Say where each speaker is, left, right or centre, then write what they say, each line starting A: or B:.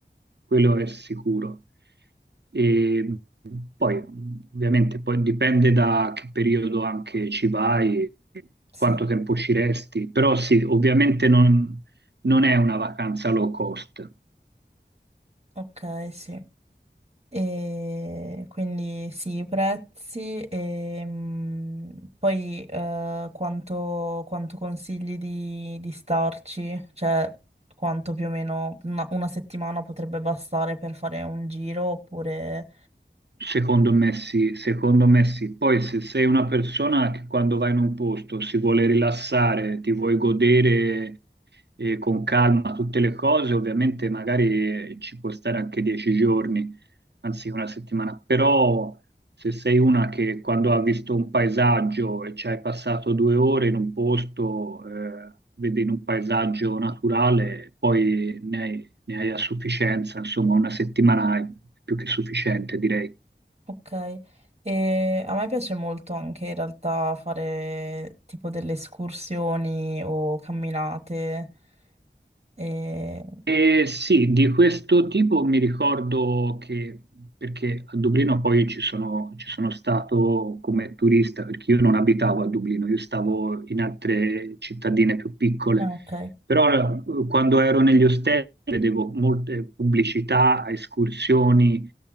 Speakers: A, on the right; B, on the right.
A: quello è sicuro. E poi ovviamente poi dipende da che periodo anche ci vai,
B: Sì,
A: quanto tempo ci resti, però sì, ovviamente non non è una vacanza low cost.
B: ok, sì. E quindi sì, i prezzi e mm, poi eh, quanto, quanto consigli di, di starci? Cioè, quanto più o meno una una settimana potrebbe bastare per fare un giro oppure...
A: Secondo me sì, secondo me sì. Poi se sei una persona che quando vai in un posto si vuole rilassare, ti vuoi godere eh, con calma tutte le cose, ovviamente magari eh, ci può stare anche dieci giorni, anzi una settimana, però se sei una che quando ha visto un paesaggio e ci hai passato due ore in un posto, eh, vedi in un paesaggio naturale, poi ne hai, ne hai a sufficienza, insomma una settimana è più che sufficiente, direi.
B: Ok, e a me piace molto anche in realtà fare tipo delle escursioni o camminate. E...
A: Eh, sì, di questo tipo mi ricordo che, perché a Dublino poi ci sono, ci sono stato come turista, perché io non abitavo a Dublino, io stavo in altre cittadine più piccole,
B: ah, ok,
A: però eh, quando ero negli ostelli vedevo molte pubblicità, escursioni